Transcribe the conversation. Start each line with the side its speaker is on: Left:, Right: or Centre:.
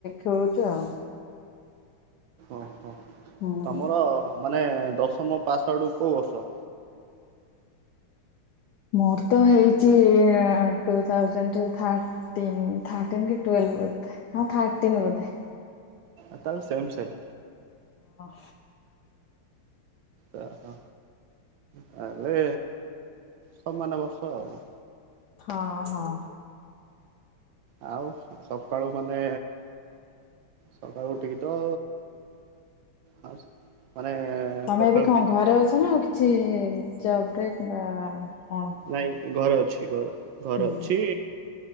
Left: ଖେଳୁଛୁ ଆଉ।
Right: ଓହୋ
Left: ହୁଁ।
Right: ତମର ମାନେ ଦଶମ ପାସ ଆଉଟ କଉ ବର୍ଷ?
Left: ମୋର ତ ହେଇଛି ଟୁ ଥାଉଜେଣ୍ଟ ଥା ଥାର୍ଟଟିନ୍ ଥାର୍ଟଟିନ୍‌ କି ଟୁଏଲଭ ବଧେ ହଁ ଥଟଟିନ୍ ବୋଧେ।
Right: ଆ ତାହେଲେ ସେମ୍ ସେମ୍।
Left: ହଁ।
Right: ହ ତାହାଲେ ସମାନ ବର୍ଷ ଆଉ।
Left: ହଁ ହଁ।
Right: ଆଉ ସକାଳୁ ମାନେ ସକାଳୁ ଉଠିକି ତ ହସ ମାନେ
Left: ତମେ
Right: ପଖାଳ
Left: ଏବେ କଁ
Right: ଖାଇଛ
Left: ଘରେ ଅଛ ନା ଆଉ କିଛି ଜବରେ କିମ୍ବା କଣ?
Right: ନାଇଁ ଘରେ ଅଛି ଘର ଘରେ
Left: ହୁଁ।
Right: ଅଛି।